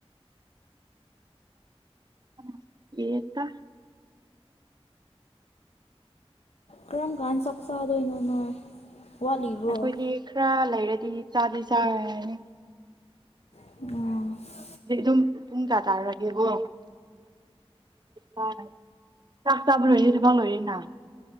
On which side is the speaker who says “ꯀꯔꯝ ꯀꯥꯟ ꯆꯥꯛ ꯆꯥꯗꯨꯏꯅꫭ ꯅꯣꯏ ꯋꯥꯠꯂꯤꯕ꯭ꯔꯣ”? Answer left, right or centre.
Left